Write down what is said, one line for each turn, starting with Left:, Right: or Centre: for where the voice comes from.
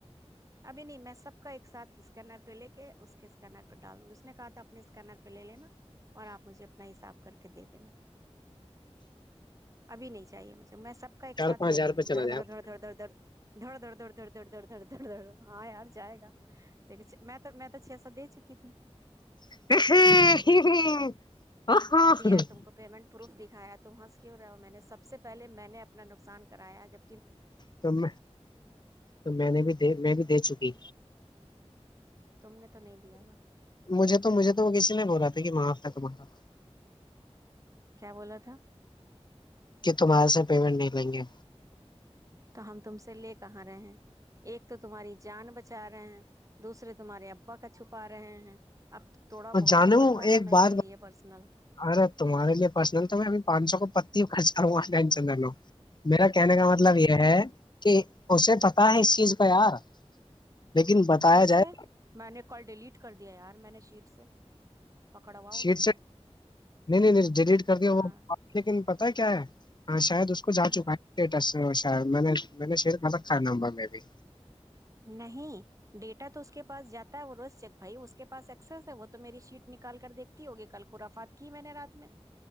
Right: ابھی نہیں میں سب کا ایک سھ اسک نٹ پہ لے کے اس کے اس کا ن ڈال دوں گی اس نے کہا تھا اپنے اسکینر پہ لے لینا اور آپ مجھے اپنا حساب کر کے دے دینا ابھی نہیں چاہیے مجھے تو میں سب کا ایک
Left: چار
Right: ساتھے
Left: پانچ ہزار
Right: لوں
Left: روپئے
Right: گی
Left: چلا
Right: دڑ
Left: جائے
Right: دڑ
Left: گا
Right: دھڑ دھڑ دھڑ دھر دڑ دڑ دڑ دڑ د د دڑ ڑ آاں ار جائے گا کچھ میں تو میں تو اچھے ایسا دے چکی تھی
Left: ہ
Right: دیکھو
Left: آ ہ
Right: دیا ہے تم کو پیمنٹ پروف دکھایا تو وہاں سے کی ہو رہا ہو میں نے سب سے پہلے میں نے اپنا نقصان کرایا جب
Left: تو میں تو میں نے بھی د میں بھی دے چکی
Right: تم نے تو نہیں دیا نا
Left: مجھے تو مجھے تو وہ کسی نے بولا تھا کہ وہاں تو بنا
Right: کیا بولا تھا
Left: کہ تمہارے سے پیمنٹ نہیں لیں گے
Right: تو ہم تم سے لے کہاں رہے ہیں ایک تو تمہاری جان بچا رہے ہیں دوسرے تمہارے ابا کا چھپا رہے ہیں اب تھوڑا
Left: اور
Right: بہت
Left: جان
Right: تو بنتا نا
Left: ایک
Right: میرے
Left: بار
Right: لیے پرسنل
Left: ارے تمہارے لیے پرسنل تو میںب پانچ سو کو پتی بچا چندر میرا کہنے کا مطلب یہ ہے کہ اسے پتا ہے اس چیز کا یار لیکن بتایا
Right: کیسے
Left: جائے
Right: میں نے کال ڈیلیٹ کر دیا یار میں نے شیٹ سے پکڑواؤ
Left: شیٹ
Right: گے کیا
Left: سے نہیں نہیں نہیں ڈیلیٹ کر
Right: ہاں
Left: دیا وہ لیکن پ پتا کیا ہے اید اس کو جا
Right: ہاں
Left: چکا ہے اسٹیٹس سے میں نے میں نے شر ملب کھانا ہوبا میں بھی
Right: نہیں ڈیٹا تو اس کے پاس جاتا ہے وہ روز بھائی اس کے پاس اسس ہے وہ تو میری شیٹ نکال کر دیکھتی ہوگی کل خورافات کی میں نے رات میں